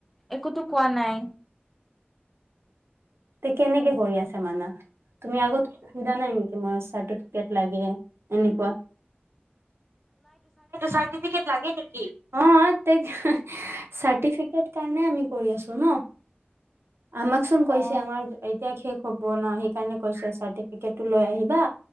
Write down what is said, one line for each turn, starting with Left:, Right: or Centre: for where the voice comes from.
Centre: একোটো কোৱা নাই
Right: তে কেনেকে কৰি আছে মানা, তুমি আগত সোধা নাই নেকি? মই চাৰ্টিফিকেট লাগে এনেকুৱা চাৰৰ্টিফিকেট লাগে নেকি? অ তে চাৰ্টিফিকেট কাৰণে আমি কৰি আছো ন আমাকচোন কৈছে
Centre: অ
Right: আমাৰ এতিয়া খে হ'ব ন, সেইকাৰণ কৈছে চাৰ্টিফিকেট লৈ আহিবা